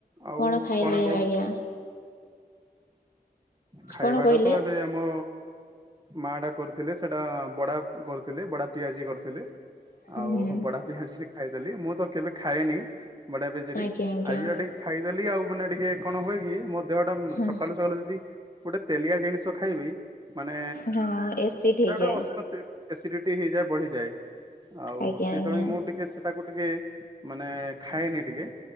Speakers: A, on the right (about 25°); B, on the left (about 65°).
A: ଆଉ
B: କଣ ଖାଇଲେ
A: କଣ
B: ଆଜ୍ଞା।
A: ଖାଇବାଟା
B: କଣ କହିଲେ
A: ତ ଏବେ ଆମ। ମା ଡା କରିଥିଲେ ସେଟା ବଡା କରୁଥିଲେ ବଡା ପିଆଜି କରିଥିଲେ।
B: ହୁଁ
A: ଆଉ ବଡା ପିଆଜ ଖାଇଦ। ଦେ ମୁଁ ତ କେବେ ଖାଏନି। ବଡା ପିଆଜି ଟି
B: ଆଜ୍ଞା ଆଜ୍ଞା
A: ଆଜି ଟିକେ ଖାଇଦେଲି ଆଉ। ମୁଁ ନା ଟିକେ କଣ ହୁଏ କି ମୋର। ଦେହଟା
B: ହଁ
A: ସକାଳୁ ସକାଳୁ ଗୋଟେ ତେଲିଆ ଜିନିଷ ଖାଇବି। ମାନେ
B: ହଁ ଏସିଡ଼୍
A: ଏଇଟା ଗୋଟେ
B: ହେଇଯାଏ
A: ଅସ୍ ଏସିଡିଟି ହେଇଯାଏ ବଢିଯାଏ ଆଉ
B: ଆଜ୍ଞା
A: ସେଇଥିପାଇଁ
B: ଆଜ୍ଞା
A: ମୁଁ ଟିକେ ସେଟା କୁ। ଟିକେ ମାନେ ଖାଏନି ଟିକେ।